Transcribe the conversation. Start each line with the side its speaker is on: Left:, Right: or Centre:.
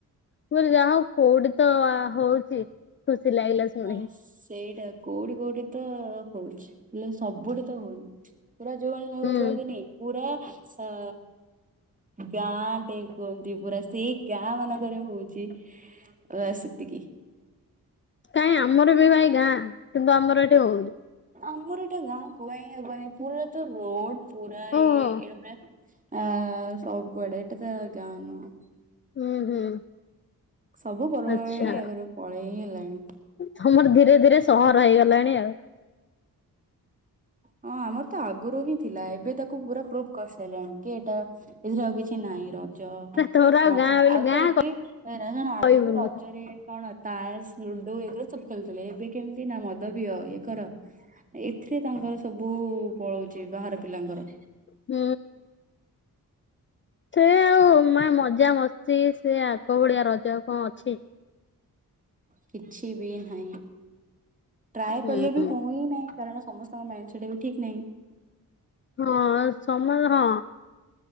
Left: ମୁଁ କହିଲି ଯାହା ହଉ କୋଉଠି ତ ହଉଛି ଖୁସି ଲାଗିଲା ଶୁଣିକି
Right: ହଁ ସେଇଟା କୋଉଠି କୋଉଠି ତ ହଉଛି ହେଲେ ସବୁଠେ ତ ହଉନି। ପୁରା ଯୋନ ଲୋକ
Left: ହୁଁ
Right: କୁହନ୍ତିନି ପୁରା ଅ ଗାଁ ଟେ କୁହନ୍ତି ପୁରା ସେଇ ଗାଁ ମାନଙ୍କରେ ହଉଛି। ବାସ ସେତିକି।
Left: କାଇ ଆମର ବି ଭାଇ ଗାଁ କିନ୍ତୁ ଆମର ଏଠି ହଉନି
Right: ଆମର ଏଟା ଗାଁ କୁହା ହିଁ ହବନି ପୁରା ତ ରୋଡ ପୁରା
Left: ଓହୋ
Right: ଇଏ ଏଇଟା ପୁରା ଆ ସବୁଆଡେ ଏଇଟା ତ ଗାଁ ନୁହ
Left: ହୁଁ ହୁଁ।
Right: ସବୁ ପର୍ବର୍ବାଣି
Left: ଆଚ୍ଛା
Right: ଆଗରୁ ପଳେଇ ହି ହେଲାଣି
Left: ତମର ଧୀରେ ଧୀରେ ସହର ହେଇଗଲାଣି ଆଉ
Right: ହଁ ଆମର ତ ଆଗରୁ ହିଁ ଥିଲା ଏବେ ତାକୁ ପୁରା ପ୍ରୁଭ କରିସାରିଲାଣି କି ଏଇଟା ଏଥିରେ ଆଉ କିଛି ନାହିଁ ର
Left: ନା ତୋର ଆଉ
Right: ହଁ
Left: ଗାଁ ବୋଲି
Right: ଆଉ
Left: ଗାଁ
Right: ତ ଏବେ ରାଜ ଜଣ
Left: କହିବୁନି
Right: ଆଗରୁ ରଜରେ କଣ ଅଛି ତାସ ଲୁଡୁ ଏଗୁଡ଼ା ସବୁ ଖେଳୁଥିଲେ ଏବେ କେମିତି ନା ମଦ ପିୟ ତାଙ୍କର ଏଥିରେ ତାଙ୍କର ସବୁ ପଳଉଛି ବାହାର ପିଲାଙ୍କର
Left: ହୁଁ। ସେ ଆଉ ମ ମଜା ମସ୍ତି ସେ ଆଗ ଭଳିଆ ରଜ କଣ ଅଛି?
Right: କିଛି ବି ନାହିଁ ଟ୍ରାଏ
Left: ହୁଁ
Right: କଲେ ବି ହୋଉ ହିଁ ନାହିଁ କାରଣ ସମସ୍ତେ ସମସ୍ତଙ୍କ ମାଇଣ୍ଡ ସେଟ୍ ଏବେ ଠିକ୍ ନାହିଁ।
Left: ହଁ ସମ ହଁ